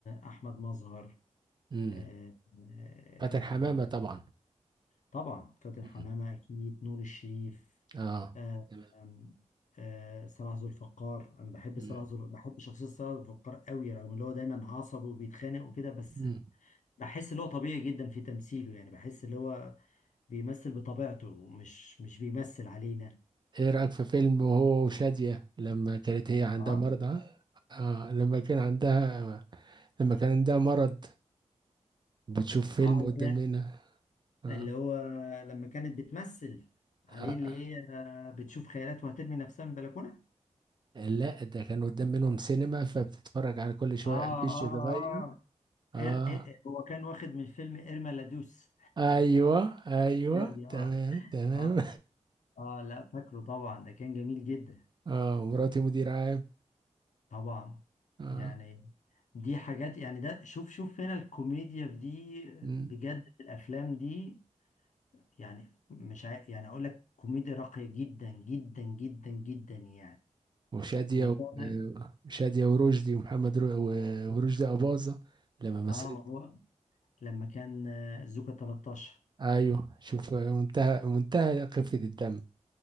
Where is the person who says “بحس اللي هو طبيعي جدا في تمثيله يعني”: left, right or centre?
Left